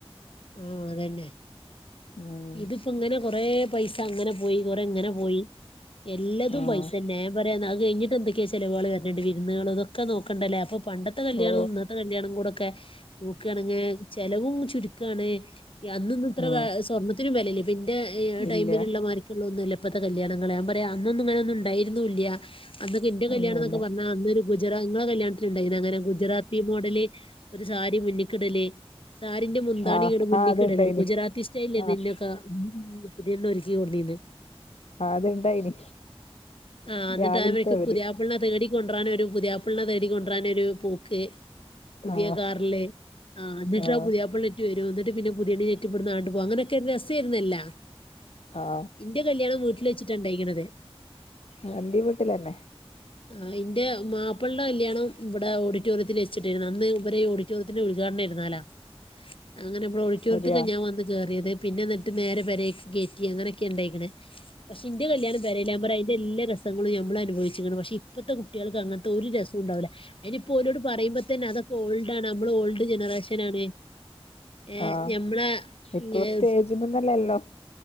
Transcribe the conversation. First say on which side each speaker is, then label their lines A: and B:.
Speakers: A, on the left; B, on the left.
A: ആ അതന്നെ
B: ഉം
A: ഇതിപ്പോ ഇങ്ങനെ കൊറേ പൈസ അങ്ങനെ പോയി കൊറെ ഇങ്ങനെ പോയി എല്ലതും
B: ആഹ്
A: പൈസന്നെ <unintelligible> അഹ് കഴിഞ്ഞിട്ട് എന്തക്കെ ചെലവുകൾ വര്ന്ണ്ട് വിരുന്നുകൾ ഇതൊക്കെ നോക്കണ്ടല്ലേ അപ്പൊ പണ്ട ന്നത്തെ കല്യാണും
B: ഓ
A: ഇന്നത്തെ കല്യാണം കൂടെക്കെ നോക്കാണെങ്കി ചെലവും ചുരുക്കാണ് അന്നൊന്നും ഇത്ര
B: ആഹ്
A: ഏ സ്വർണ്ണത്തിനും വെലല്ലേ ഇപ്പ ഇൻ്റെ
B: ഇല്ല
A: ടൈമില്ള്ള മാരി <unintelligible> ഇപ്പത്തെ കല്യാണങ്ങള് ഞാൻ പറയാ അന്നൊന്നും ഇങ്ങനെ ഉണ്ടായിരുന്നുല്ല അന്നൊക്കെ ഇന്റെ കല്യാണന്നൊക്കെ
B: ഒന്നുല്ല
A: പർഞ്ഞാ അന്നൊരു ഗുജറാ ഇങ്ങളെ കല്യാണത്തിന്ണ്ടായിനോ അങ്ങനെ ഗുജറാത്തി മോഡല് ഒരു സാരി മുന്നിക്കിടല്? സാരിന്റെ മുന്താണി
B: ആഹ്
A: ഇങ്ങട് മുന്നിക്കിടല
B: ആഹ് അത്ണ്ടായിന്
A: ഗുജറാത്തി സ്റ്റയ്ലേര്ന്നു
B: ആഹ്
A: ഇന്നക്കെ <unintelligible> പുതിയണ്ണ് ഒരുക്കി കൊടുന്നീന്നേ.
B: അത്ണ്ടായിന്
A: ഹ് ആ ഇന്നട്ട്
B: രാവിലത്തെ
A: <unintelligible>
B: അവര്
A: പുതിയാപ്പൾനേ തേടി കൊണ്ട്രാനൊരു പുതിയാപ്പൾനെ തേടി കൊ ണ്ട്രനൊരു പോക്ക് പുതിയ
B: ആഹ്
A: കാറില് ആ ഇന്നട്ട്
B: ആഹ്
A: അഹ് പുതിയാപ്പൾനെ വരും ഇന്നട്ട് പിന്നേ പുതിയണ്ണിനേറ്റ് ഇബട്ന്ന് ആണ്ട് പോകും അങ്ങനെ ക്കെ രസായിരുന്നല്ല
B: ആഹ്
A: ഇന്റെ കല്യാണം വീട്ടിൽ വെച്ചിട്ട ഇണ്ടായിക്ക്ണത്.
B: ആ അന്റി വീട്ടിലന്നെ
A: ആ ഇൻ്റെ മാപ്പ്ൾടെ കല്യാണം ഇവടെ ഓഡിറ്റോറിയത്തില് വെച്ചിട്ടര്ന്നു. അന്ന് ഇവരെ ഓഡിറ്ററിയത്തിൻ്റെ ഉദ്ഘാടനാരുന്നല അങ്ങനെ <unintelligible> <unintelligible>
B: അതെയാ
A: ഞാൻ വന്ന് കേറിയത് പിന്നെ എന്നിട്ട് നേരെ പെരേക്ക് കേറ്റി അങ്ങനക്കെ ഇണ്ടായിക്ക്ണ് പക്ഷെ ഇൻ്റെ കല്യാണം പെരേലാവുമ്പറിയ എല്ലാ രസങ്ങളും നമ്മൾ അനുഭവിച്ചിക്ക്ണ് പക്ഷെ ഇപ്പത്തെ കുട്ടികൾക്ക് അങ്ങൻത്തെ ഒരു രസുണ്ടാവുല. അതിനിയിപ്പലോ പറയുമ്പ തന്നെ അതക്കെ ഓൾഡണ് നമ്മള് ഓൾഡ് ജനറേഷൻ ആണ് ഏയ്
B: ആഹ്
A: ഞമ്മളെ
B: ഇപ്പൊ
A: ഏഹ്
B: സ്റ്റേജന്നല്ലല്ലോ